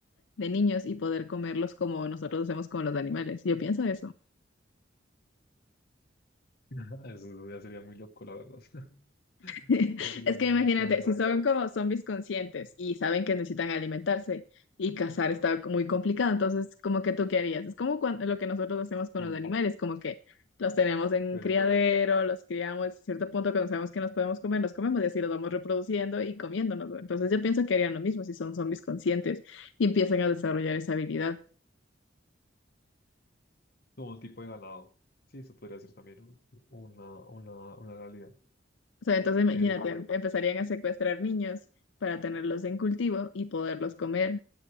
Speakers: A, on the left; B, on the left.
A: de niños y poder comerlos como nosotros hacemos con los animales. Yo pienso eso.
B: <laughs> Eso ya sería muy loco, la verdad. <laughs>
A: <laughs>
B: Ya sería
A: Es que
B: muy
A: imagínate,
B: exagerado.
A: si son como zombies conscientes y saben que necesitan alimentarse y cazar está muy complicado, entonces como que tú qué harías? Es como cuan- lo que nosotros hacemos con
B: Sí,
A: los animales, como que los tenemos en un
B: pero
A: criadero, los criamos, a cierto punto cuando sabemos que nos podemos comer, los comemos y así los vamos reproduciendo y comiéndonos. ¿no? Entonces yo pienso que harían lo mismo si son zombies conscientes y empiezan a desarrollar esa habilidad.
B: como un tipo de ganado. Sí, eso podría ser también un- una, una, una realidad.
A: O sea, entonces imagínate,
B: Pero
A: empezarían a secuestrar niños para tenerlos en cultivo y poderlos comer